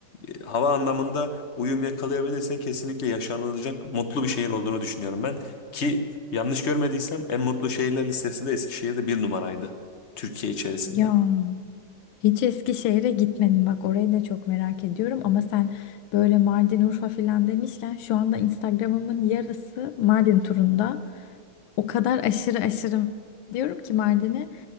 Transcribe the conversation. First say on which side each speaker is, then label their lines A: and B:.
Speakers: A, on the left; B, on the left.
A: E, Hava anlamında uyum yakalayabilirsen kesinlikle yaşanılacak mutlu bir şehir olduğunu düşünüyorum ben. Ki yanlış görmediysem en mutlu şehirler listesinde Eskişehir'de bir numaraydı. Türkiye içerisinde.
B: Ya. Hiç Eskişehir'e gitmedim bak orayı da çok merak ediyorum ama sen böyle Mardin, Urfa filan demişken şu anda Instagram'ımın yarısı Mardin turunda. O kadar aşırı aşırı diyorum ki Mardin'e